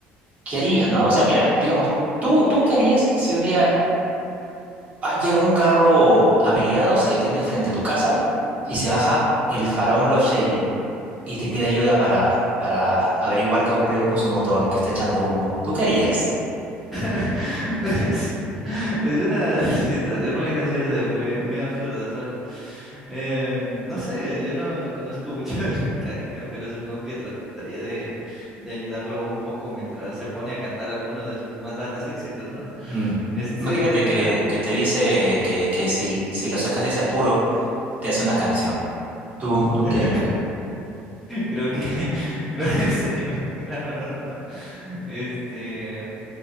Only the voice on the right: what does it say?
¿qué haría, no? O sea, mira, digamos, ¿tú, tú qué harías si un día ah, llega un carro averiado, se detiene frente a tu casa y se baja el faraón Love Shady y te pide ayuda para, para averiguar qué ha ocurrido con su motor, que está echando humo? ¿Tú qué harías?
Mm.
Imagínate que, que te dice que, que si, si lo sacas de ese apuro, te hace una canción. ¿Tú, tú
qué harías?